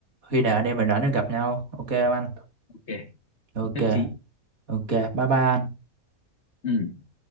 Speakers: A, on the right; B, on the left.
A: Khi nào anh em mình rảnh thì gặp nhau. Ok không anh?
B: ok
A: Ok,
B: nhất trí
A: ok. Bye bye anh.
B: ừ